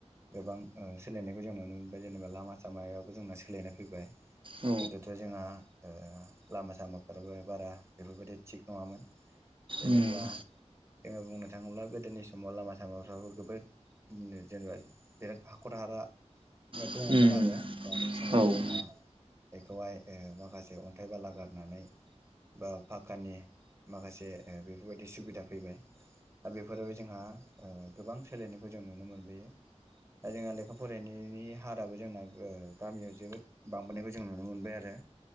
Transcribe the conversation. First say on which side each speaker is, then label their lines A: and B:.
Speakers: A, on the right; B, on the right.
A: गोबां ओ सोलायनायखौ जों नुनो मोनबाय जेनेबा लामा सामायाबो जोंना सोलायनाय फैबाय
B: औ
A: गोदोथ' जोंहा ओ लामा सामाफोराबो बारा बेफोरबायदि थिग नङामोन जेनेब्ला
B: उम
A: जोङो बुंनो थाङोब्ला गोदोनि समाव लामा सामाफ्राबो गोबोदनो जेनेबा बिराद हाख'र हाला ओ
B: उम
A: दङ'मोन आरो
B: औ उम औ उम औ उम औ
A: दानि समावथ'
B: औ
A: जोंहा
B: उम
A: बेखौहाय ओ माखासे बेयाव अन्थाइ बाला गारनानै बा पाक्कानि माखासे ओ बेफोरबादि सुबिदा फैबाय दा बेफोराव जोंहा ओ गोबां सोलायनायखौ जों नुनो मोनबोयो दा जोंहा लेखा फरायनायनि हाराबो जोंना ओ गामियाव जोबोद बांबोनायखौ जों नुनो मोनबाय आरो